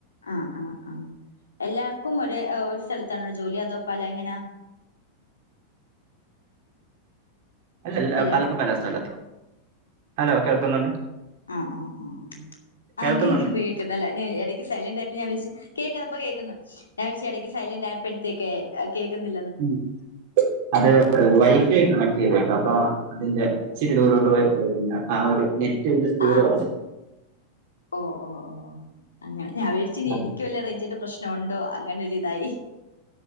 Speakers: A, on the left (about 75°); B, on the right (about 50°).
A: ആഹ് ആഹ് ആഹ് എല്ലാർക്കും ഒരെ ഒരു സ്ഥലത്താണോ ജോലി അതോ പല എങ്ങനാ?
B: അല്ലല്ല
A: ഹലോ
B: പലർക്കും പല സ്ഥലത്ത് ഹലോ കേൾക്കുന്നുണ്ടോ?
A: ആഹ് ആഹ് ആഹ്
B: കേൾക്കുന്നുണ്ടോ
A: ആഹ് കേക്ക്ണ്ട് കേക്ക്ണ്ട് അല്ല <unintelligible> ക്ക് സൈലന്റ് ആയപ്പോ ഞാൻ വെച്ച് കേക്കുന്നു ഇപ്പോ കേക്കുന്നു ഞാൻ <unintelligible> എടയ്ക് സൈലന്റ് ആയപ്പോഴത്തേക്കെ കേക്ക്ന്നില്ല
B: ഉം അത് വൈഫൈ കണക്ട്
A: ഉം
B: ചെയ്തേ <unintelligible> അപ്പൊ അതിന്റെ ഇച്ചിരി ദൂരത്തോട്ട് പോയാ കേക്കില്ല ആഹ് ഒരു നെറ്റിന്റെ സ്പീഡ്
A: ആഹ്
B: കുറഞതാ
A: ഓഹ് ഓഹ് ഓഹ് അങ്ങനെ ഞാൻ വിചാരിച്ച്
B: അത്
A: എനിക്ക് വല്ലേ റെയ്ഞ്ചിന്റെ പ്രശ് ഉണ്ടോ അങ്ങനൊരിതായി